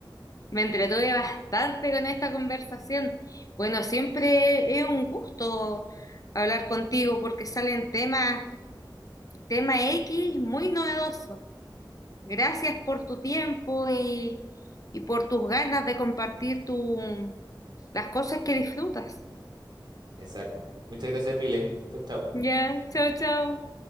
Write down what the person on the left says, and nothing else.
Me entretuve bastante con esta conversación. Bueno, siempre es un gusto hablar contigo porque salen temas, tema X muy novedosos. Gracias por tu tiempo y, y por tus ganas de compartir tu, las cosas que disfrutas.
Ya, chao, chao.